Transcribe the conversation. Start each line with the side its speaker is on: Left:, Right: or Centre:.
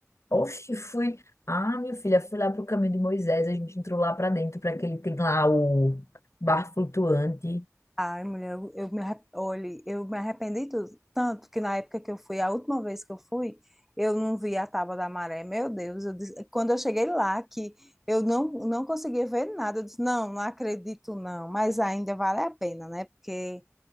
Left: oxe, fui. Ah, minha filha, fui lá pro caminho de Moisés. A gente entrou lá pra dentro, para aquele tem lá o bar flutuante.
Centre: Ai, mulher, eu, eu me, arre- olhe, eu me arrependi tudo. Tanto que na época que eu fui, a última vez que eu fui, eu não vi a Tábua da Maré. Meu Deus, eu disse- quando eu cheguei lá, que eu não, não conseguia ver nada, eu disse, não, não acredito não. Mas ainda vale a pena, né? Porque